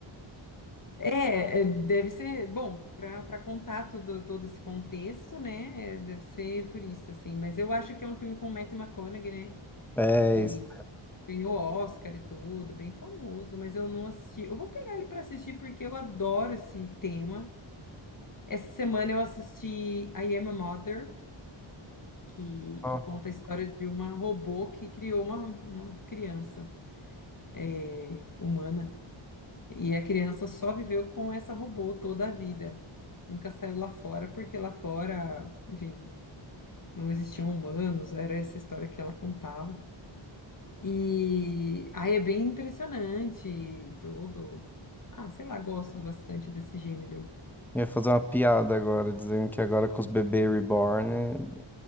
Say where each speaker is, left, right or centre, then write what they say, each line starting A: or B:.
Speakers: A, on the left; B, in the centre.
A: É, é, deve ser, bom, para para contar todo, todo esse contexto, né? é, Deve ser por isso, assim. Mas eu acho que é um filme com Matthew McConaughey, né?
B: É,
A: Que
B: isso.
A: ganhou Oscar e tudo, bem famoso, mas eu não assisti. Eu vou pegar ele para assistir porque eu adoro esse tema. Essa semana eu assisti I Am a Mother, que,
B: Ó,
A: que conta a história de uma robô que criou uma, uma criança é, humana. E a criança só viveu com essa robô toda a vida. Nunca saiu lá fora, porque lá fora, enfim, não existiam humanos, era essa história que ela contava. E aí é bem impressionante tudo. Ah, sei lá, gosto bastante desse gênero.
B: ia fazer uma piada agora, dizendo que agora com os bebês reborn, eh,